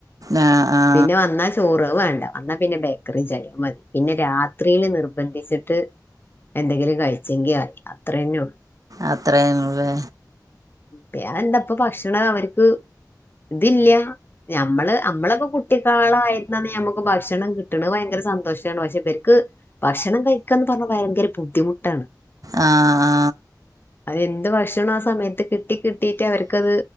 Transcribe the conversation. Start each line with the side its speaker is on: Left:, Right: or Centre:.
Right: ആ ആ
Left: പിന്നെ വന്നാ ചോറ് അത് വേണ്ട ന്നാപിന്നെ ബേക്കറി ചായിം മതി പിന്നെ രാത് ത്രീല് നിർബന്ധിച്ചിട്ട് എന്തെങ്കിലും കഴിച്ചെങ്കി ആയി അത്ര തന്നെ ഉള്ളൂ
Right: അത്രയുള്ളൂലേ
Left: പ്പഞാനെന്താപ്പ ഭക്ഷണം അവർക്ക് ഇതില്ല ഞമ്മള് നമ്മളപ്പോ ട്ടിക്കാളായിര്ന്നന്ന് ഞമ്മക്ക് ഭക്ഷണം കിട്ട്ണ് ഭയങ്കര സന്തോഷാണ് പക്ഷെ ഇവർക്ക് ഭക്ഷണം കഴിക്കാന്ന് പറഞ്ഞാ ഭയങ്കര ബുദ്ധിമുട്ടാണ്
Right: ആ ആ
Left: അയെന്ത് ഭക്ഷണം ആ സമയത്ത് കിട്ടി കിട്ടീട്ട് അവർക്കത്